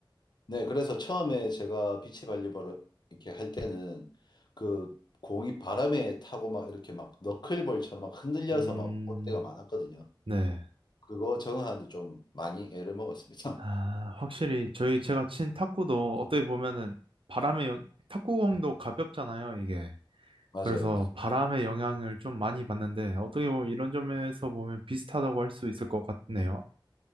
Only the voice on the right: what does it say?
음,
네.
아, 확실히 저희 제가 친 탁구도 어떻게 보면은 바람의 영- 탁구공도 가볍잖아요, 이게.
그래서 바람의 영향을 좀 많이 받는데 어떻게 보면 이런 점에서 보면 비슷하다고 할 수 있을 것 같네요.